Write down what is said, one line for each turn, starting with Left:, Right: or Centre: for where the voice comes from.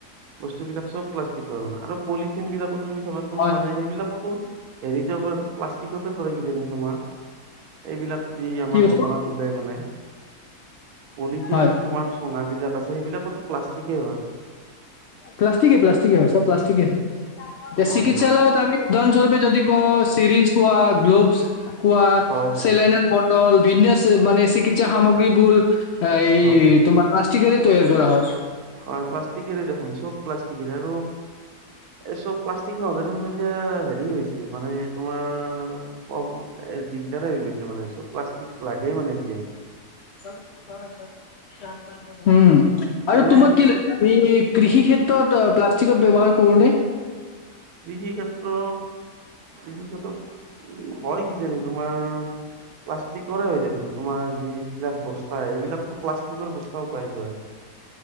Right: বস্তুবিলাক চব প্লাষ্টিকৰ আৰু পলিথিন বিলাকো তুমি চাবাচোন
Left: হয়
Right: মানে সেইবিলাকতো হেৰিতে প্লাষ্টিকতে পৰে কি জানি তোমাৰ এইবিলাক যি
Left: কি
Right: আমাৰ
Left: বস্তু
Right: দোকানত ওলাই মানে পলিথিন
Left: হয়
Right: তোমাৰ থুনাবিলাক আছে সেইবিলাকতো প্লাষ্টিকেই হয়।
Left: প্লাষ্টিকে প্লাষ্টিকে হয় চব প্লাষ্টিকে হয় এতিয়া
Right: হয়
Left: চিকিৎসালয়ত আমি উদাহৰণস্বৰূপে যদি কওঁ চিৰিঞ্জ কোৱা গ্ল'ভছ কোৱা
Right: হয়
Left: চেলাইন ভিন্ন মানে চিকিৎসা সামগ্ৰী বুল
Right: হয়
Left: এই তোমাৰ প্লাষ্টিকেৰে তৈয়াৰ কৰা হয়।
Right: হয় প্লাষ্টিকেৰে দেখোন চব প্লাষ্টিকৰে আৰু এই চব প্লাষ্টিক নহলে দেখোন এতিয়া হেৰি হৈছে মানে তোমাৰ, এই দিগদাৰেই হৈ গৈছে মানে চব প্লাষ্টিক লাগেই মানে এতিয়া।
Left: উম আৰু
Right: এনে
Left: তোমাক কি লাগ, ই কৃষি ক্ষেত্ৰত প্লাষ্টিকৰ ব্যৱহাৰ কৰোনে?
Right: কৃষি ক্ষেত্ৰত কৃষিক ক্ষেত্ৰত উ হয় কিজানি তোমাৰ প্লাষ্টিকৰে হয় দেখোন তোমাৰ যিবিলাক বস্তা এইবিলাকতো প্লাষ্টিকৰ বস্তাও পাই যায়।